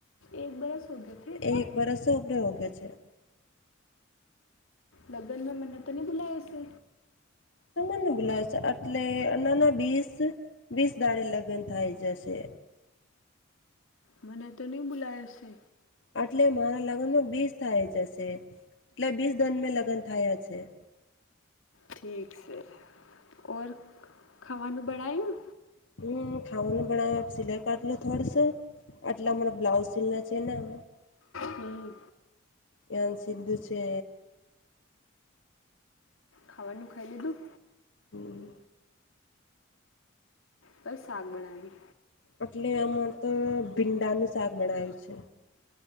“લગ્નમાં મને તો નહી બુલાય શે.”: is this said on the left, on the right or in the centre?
Left